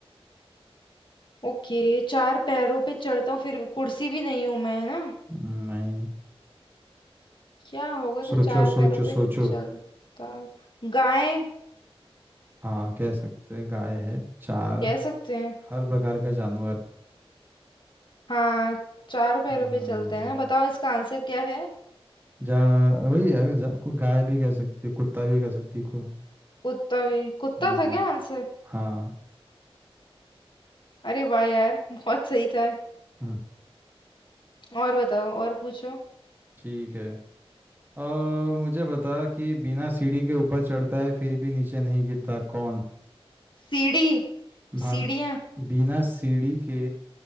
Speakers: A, on the left; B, on the right.
A: ओके चार पैरों पे चढ़ता हूँ फिर भी- कुर्सी भी नहीं हूँ मैं है ना
B: नहीं
A: क्या होगा जो
B: सोचो
A: चार
B: सोचो
A: पैरों पे
B: सोचो
A: चलता है? गाय
B: हाँ कह सकते हैं, गाय है चार
A: कह सकते हैं
B: हर प्रकार का जानवर
A: हाँ चार पैरों
B: हम्म
A: पे चलते हैं ना बताओ इसका आंसर क्या है
B: जा वही है, जा, को गाय भी कह सकती है कुत्ता भी कह सकती है को
A: कुत्ता भी कुत्ता
B: हम्म
A: था क्या आंसर
B: हाँ
A: अरे वाह यार <laughs> बहुत सही था
B: हम्म
A: और बताओ और पूछो
B: ठीक है और मुझे बता कि बिना सीढ़ी के ऊपर चढ़ता है फिर भी नीचे नहीं गिरता कौन
A: सीढ़ी
B: हाँ
A: सीढ़ियाँ
B: बिना सीढ़ी के